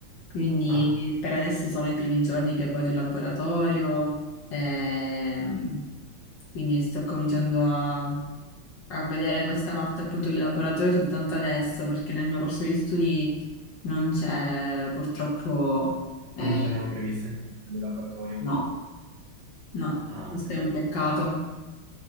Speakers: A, on the left; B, on the right.
A: quindi
B: Ah,
A: per adesso sono i primi giorni che vado in laboratorio, ehm, quindi sto cominciando a, a vedere questa parte appunto di laboratorio soltanto adesso, perché nel mio corso di studi non c'è purtroppo, eh,
B: non c'erano previste attività di laboratorio?
A: no, no,
B: Ah,
A: questo
B: ok.
A: è un peccato.